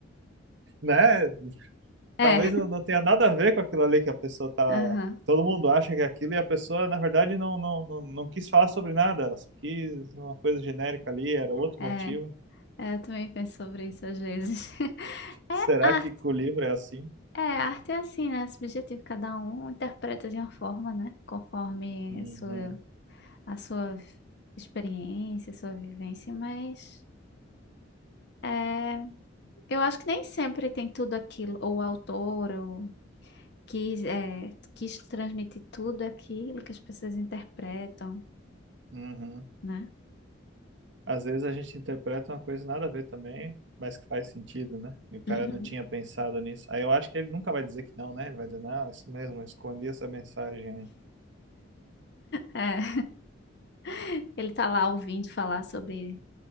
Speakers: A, on the right; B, on the left.
A: né?
B: é,
A: talvez não, não tenha nada a ver com aquilo ali que a pessoa tá.
B: aham,
A: Todo mundo acha que é aquilo e a pessoa, na verdade, não, não, não, não quis falar sobre nada, ela só quis uma coisa genérica ali, era outro
B: é,
A: motivo.
B: é, eu também penso sobre isso às vezes. <laughs> É
A: Será
B: arte,
A: que com o livro é assim?
B: é arte é assim, né? É Subjetivo, cada um interpreta de uma forma, né? Conforme
A: Uhum,
B: a sua, a sua experiência, sua vivência, mas é. Eu acho que nem sempre tem tudo aquilo, ou o autor, ou quis, é, quis transmitir tudo aquilo que as pessoas interpretam,
A: uhum.
B: né?
A: Às vezes a gente interpreta uma coisa nada a ver também, mas que faz sentido, né? E o cara
B: Uhum.
A: não tinha pensado nisso. Aí eu acho que ele nunca vai dizer que não, né? Ele vai dizer, não, é isso mesmo, eu escondi essa mensagem. aí."
B: É, <laughs> ele tá lá ouvindo falar sobre